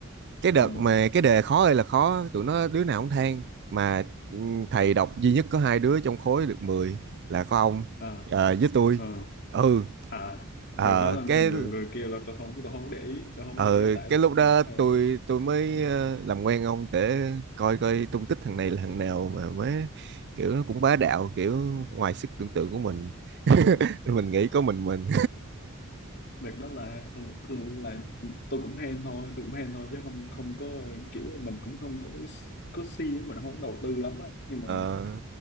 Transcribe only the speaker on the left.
ừ.
à
ờ.
à
đợt đó làm
thì người người kia là tôi không tôi không để ý tôi không
để ý tại
đợt,
đợt, ờ,
ừ,
đợt đó là ừ, ừ, là tôi cũng hên thôi tôi cũng hên thôi chứ không không có kiểu là mình cũng không có có siêng mình không đầu tư lắm á nhưng mà